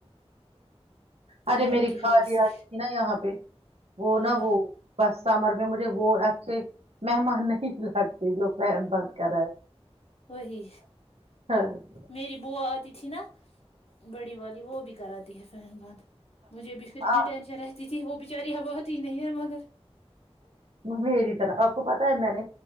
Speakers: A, on the left (about 70°); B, on the right (about 70°).
A: فین
B: ارے میری
A: کی
B: خالہ
A: ہوا سے
B: آ رہی تھی نا یہاں پہ وہ
A: ہاں
B: نا وہ بس سمر مجھے وہ ممان نہیں لگ جو فین بند کرا ہے
A: وہی
B: ہاں،
A: میری بوو آتی تھی نا بڑی والی وہ بھی کراتی تی ہے فین بند <inaudible> مجھے بھی فیراتنی
B: آ،
A: ٹینزن رہتی تھی وہ بیچاری اتی نہیں ہے اب
B: میری طرح آپ کو پتا ہے میں نے